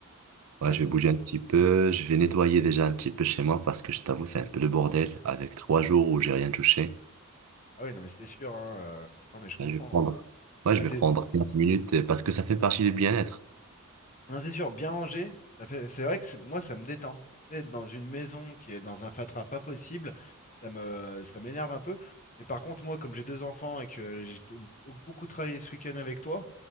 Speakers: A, on the right; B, on the left.
A: Ouais,
B: Ouais.
A: je vais bouger un petit peu. Je vais nettoyer déjà un petit peu chez moi parce que je t'avoue, c'est un peu le bordel avec trois jours où j'ai rien touché.
B: Ah oui, non mais c'est sûr, hein, euh, Non mais je comprends.
A: Ouais, je vais prendre. Ouais,
B: Bah,
A: je vais
B: t'es-
A: prendre 15 minutes euh, parce que ça fait partie du bien-être.
B: Non, c'est sûr, bien rangé, ça fait... c'est vrai que c'est- moi, ça me détend. Tu sais, Être dans une maison qui est dans un fatras pas possible, ça me... ça m'énerve un peu. Mais par contre, moi, comme j'ai deux enfants et que j'ai t- beaucoup travaillé ce week-end avec toi,